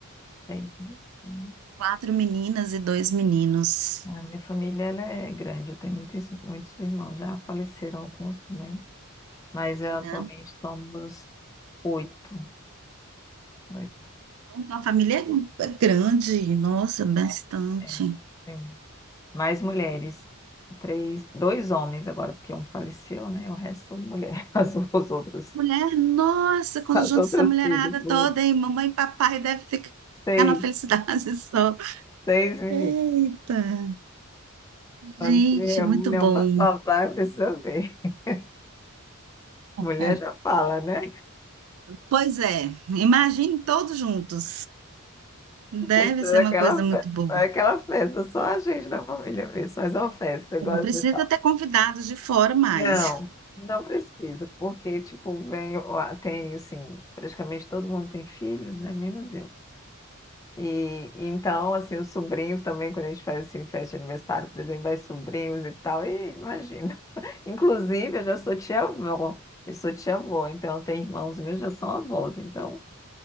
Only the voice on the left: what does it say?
Seis, né? Hum.
A minha família ela é grande, eu tenho muitos, muitos irmãos, já faleceram alguns também, mas é, atualmente
somos oito, oito,
é, sim. Mais mulheres, três, dois homens agora, porque um faleceu, né? O resto são mulheres, <laughs> as, os outros,
as
outras
filhas, mulheres.
Seis,
seis meninas.
Quando
se reúne,
é um blá blá blá, precisa ver. <laughs> Mulher
já fala, né?
Fez toda
Aquela,
fe-
aquela festa, só a gente da família vê, só é uma festa. Agora,
pessoal,
não, não precisa, porque, tipo, vem, o- a- tem, assim, praticamente todo mundo tem filhos, né? Menos eu. E, e então, assim, os sobrinhos também, quando a gente faz, assim, festa de aniversário, por exemplo, vai sobrinhos e tal, e imagina. <laughs> Inclusive, eu já sou tia-avó, eu sou tia-avó, então tem irmãos meus já são avós, então...